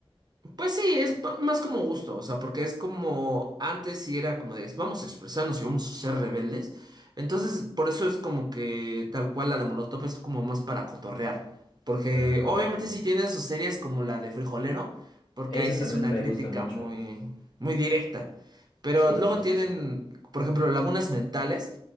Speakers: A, on the right; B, on the left.
A: Pues sí, es pa- más como gusto, o sea, porque es como antes sí era como de vamos a expresarnos y vamos a ser rebeldes. Entonces, por eso es como que tal cual la de Molotov es como más para cotorrear. Porque
B: Ajá.
A: obviamente sí tienen sus series como la de Frijolero, porque
B: Esa
A: ahí sí
B: también
A: es una
B: me
A: crítica
B: gusta mucho.
A: muy, muy directa. Pero
B: Sí,
A: luego
B: sí,
A: tienen,
B: sí.
A: por ejemplo, Lagunas Mentales